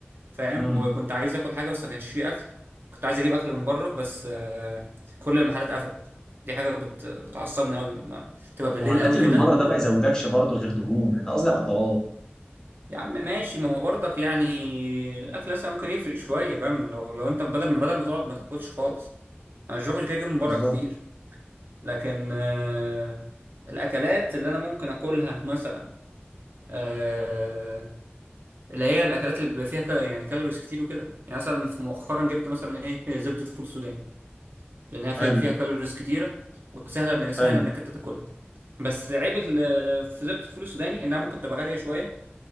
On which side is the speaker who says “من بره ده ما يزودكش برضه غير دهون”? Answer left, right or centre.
Left